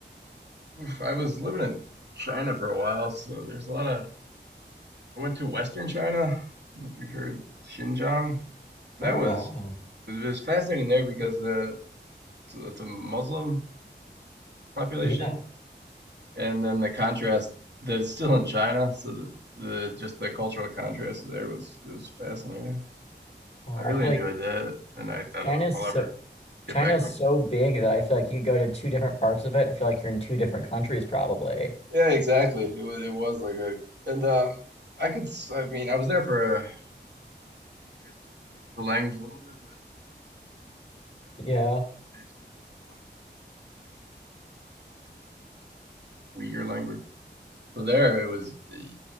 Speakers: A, on the right; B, on the left.
A: Oof, I was living in China for a while, so there's a lot of. I went to Western China. I don't know if you've heard Xinjiang. That
B: Oh,
A: was
B: wow.
A: it was fascinating there because the it's a, it's a Muslim population,
B: Yeah.
A: and then the contrast that it's still in China. So the, the just the cultural contrast there was it was fascinating.
B: Wow.
A: I really
B: I feel
A: enjoyed
B: like
A: that, and I, I
B: China's
A: don't know if I'll
B: so
A: ever get
B: China's
A: back to
B: so big that I feel like you could go to two different parts of it and feel like you're in two different countries probably.
A: Yeah, exactly. It was it was like a and um I could s- I mean I was there for uh, seven eight years. I picked up the language a little bit, but in in Xinjiang
B: Yeah.
A: they they speak their own language essentially, uh, Uyghur language. So there it was it